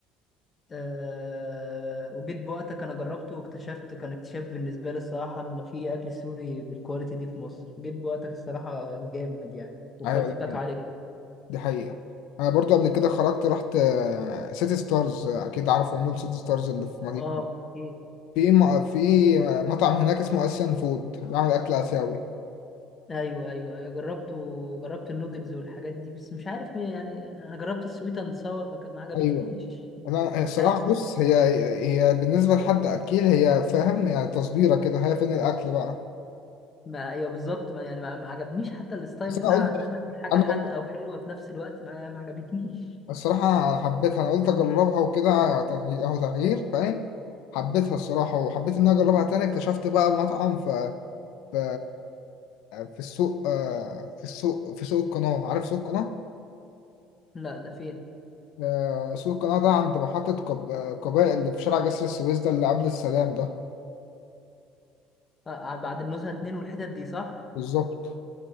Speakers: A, on the left; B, on the left.
A: أه وجيت بوقتك أنا جربته واكتشفت كان اكتشاف بالنسبة لي الصراحة إن في أكل سوري بالكواليتي دي في مصر جيت بوقتك الصراحة جامد يعني والكواليتي
B: ايوه دي
A: بتاعته
B: حقيقة
A: عالية جدا
B: دي حقيقة. انا برضو قبل كده خرجت رحت آه، سيتي ستارز آه، اكيد عارفه مول سيتي ستارز اللي في مدينة
A: اه إيه.
B: في م... في مطعم هناك اسمه اسيان فود بيعمل اكل اسيوي
A: ايوه ايوه ايوه جربته جربت النودلز والحاجات دي بس مش عارف يعني انا جربت السويت اند ساور ما كان- ما عجبتنيش
B: ايوه انا
A: مش
B: الصراحه
A: عارف
B: بص هي هي بالنسبه لحد اكيل هي فاهم يعني تصبيره كده هي فين الاكل بقى
A: ما ايوه بالظبط ما يعني ما, ما عجبنيش حتى الستايل
B: بس
A: بتاع
B: انا قلت
A: ان انا اكل حاجه
B: انا
A: حادقه
B: قلت
A: وحلوه في نفس الوقت ما, ما عجبتنيش
B: الصراحه أنا حبيتها انا قلت اجربها وكده تغيير اهو تغيير فاهم حبيتها الصراحه وحبيت ان انا اجربها تاني اكتشفت بقى مطعم في في في السوق آه، في السوق في سوق القناه عارف سوق القناه
A: <laughs> لا ده فين
B: آه، سوق القناة ده عند محطة قب- آه، قباء اللي في شارع جسر السويس ده اللي قبل السلام ده
A: آه آه، بعد النزهه اتنين والحتت دي صح
B: بالظبط